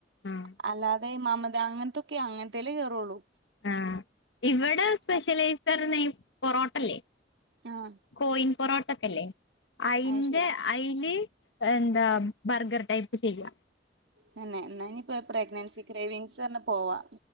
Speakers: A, on the left; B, on the right.
A: ആഹ്
B: അ അല്ലാതെ മമത അങ്ങത്തൊക്കെ അങ്ങത്തേല്ലേ കേറോള്ളു
A: ആഹ് ഇവടെ സ്പെഷ്യലൈസർ നെയിം പൊറോട്ടല്ലേ
B: ആഹ്
A: കോയിൻ പൊറോട്ടൊക്കെല്ലേ അയിന്റെ
B: അത് ശരി
A: അയില് എ ന്താ ബർഗർ ടൈപ്പ് ചെയ്യാ
B: തന്നെ ഇന്നാഞ്ഞ് ഇപ്പെ പ്രഗ്നൻസി ക്രേവിംഗ്സർഞ്ഞ് പോവാ